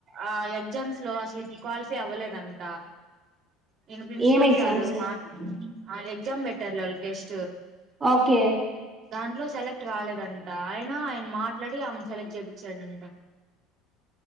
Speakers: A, on the right; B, on the right.
A: ఆ ఎగ్జామ్స్ లో అసలు క్వాలిఫై అవ్వలేదంతా నేను ప్రిన్సిపల్
B: ఏం ఎగ్జామ్స్
A: సారు మాట్ ఎక్జా బెట్టర్ల టెస్ట్
B: ఓకే
A: దాంట్లో సెలెక్ట్ కాలేదంటా ఆయన ఆయన మాట్లాడి ఆమె సెలెక్ట్ చేపించాడంట